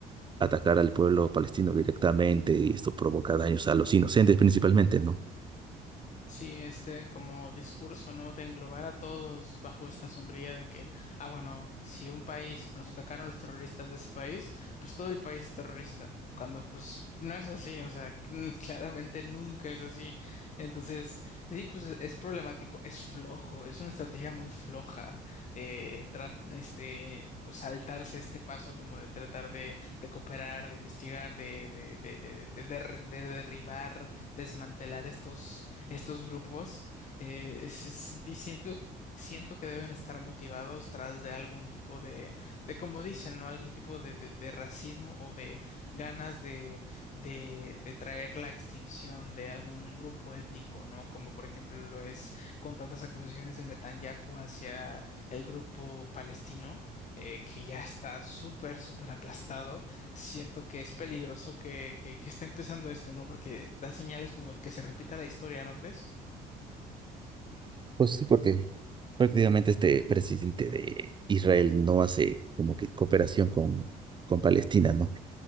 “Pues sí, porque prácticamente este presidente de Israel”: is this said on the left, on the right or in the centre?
Right